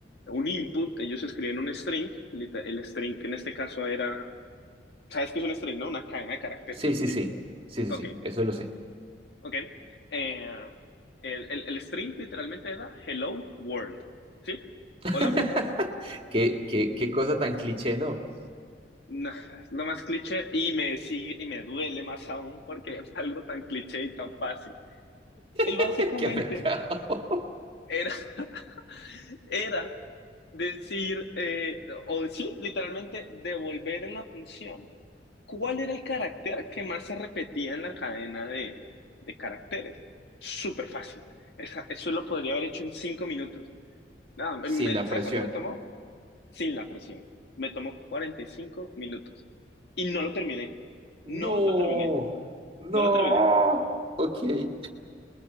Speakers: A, on the left (about 65°); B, on the right (about 30°).
A: un input, ellos escribían un string, lita- el string en este caso era, ¿sabes qué es un string, no? Una cadena de caracteres,
B: Sí, sí,
A: ¿sí?
B: sí. Sí, sí,
A: Ok,
B: sí. Eso lo sé.
A: ok. Eh, el, el, el string literalmente era hello world, ¿sí?
B: <laughs>
A: Hola mundo.
B: Qué, qué, qué cosa tan cliché, ¿no?
A: No, es lo más cliché y me sigue y me duele más aún porque es algo tan cliché y tan fácil. Y
B: <laughs>
A: básicamente
B: Qué pecado.
A: era, <laughs> era decir, eh, o sí, literalmente devolver en la función cuál era el carácter que más se repetía en la cadena de, de caracteres. Súper fácil. Esa- eso lo podría haber hecho en cinco minutos. Nada, me-
B: Sin
A: me-
B: la
A: ¿sabes
B: presión.
A: cuánto me tomó? Sin la presión. Me tomó 45 minutos. Y no lo terminé.
B: No,
A: No lo terminé.
B: no.
A: No lo terminé.
B: Ok. <laughs>